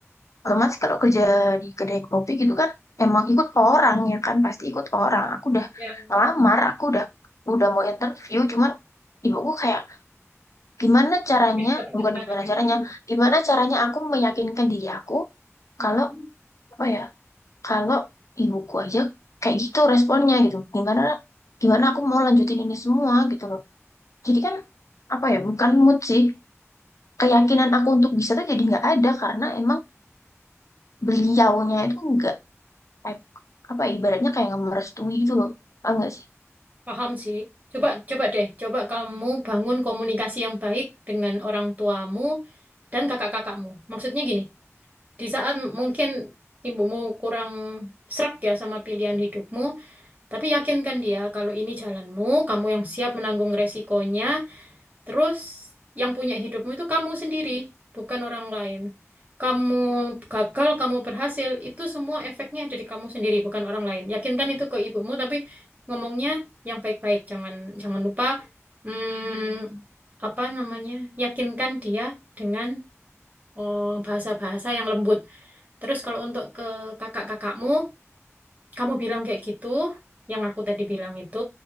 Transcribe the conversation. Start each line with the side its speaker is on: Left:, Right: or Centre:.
Left: otomatis kalau kerja di kedai kopi gitu kan emang ikut orang ya kan pasti ikut orang aku udah
Right: Yang
Left: ngelamar aku udah udah mau interview cuman ibuku kayak gimana caranya,
Right: kayak keberatan.
Left: bukan gimana caranya, gimana caranya aku meyakinkan diri aku
Right: Mm-mm.
Left: kalau apa ya, kalau ibuku aja kayak gitu responnya gitu. Gimana gimana aku mau lanjutin ini semua gitu loh. Jadi kan apa ya, bukan mood sih. Keyakinan aku untuk bisa tuh jadi nggak ada karena emang beliaunya itu nggak kayak- apa ya, ibaratnya kayak nggak merestui gitu loh. Tahu nggak sih?
Right: Paham sih. Coba, coba deh. Coba kamu bangun komunikasi yang baik dengan orang tuamu dan kakak-kakakmu. Maksudnya gini, di saat mungkin ibumu kurang srek ya sama pilihan hidupmu, tapi yakinkan dia kalau ini jalanmu, kamu yang siap menanggung resikonya, Terus yang punya hidupmu itu kamu sendiri, bukan orang lain. Kamu gagal, kamu berhasil, itu semua efeknya dari kamu sendiri, bukan orang lain. Yakinkan itu ke ibumu, tapi ngomongnya yang baik-baik. Jangan jangan lupa hmm, apa namanya? Yakinkan dia dengan oh, bahasa-bahasa yang lembut. Terus kalau untuk ke kakak-kakakmu, kamu bilang kayak gitu, yang aku tadi bilang itu.